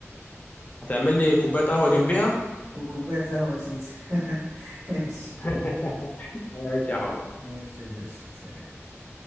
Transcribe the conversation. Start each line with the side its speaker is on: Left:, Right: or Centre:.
Left: هتعمل لي كوبايه قهوه جنبيها
Right: وكوباية قهوة يا سيدي <laughs> ماشي
Left: <laughs> ماشي يا حب
Right: ماشي يا باشا سلام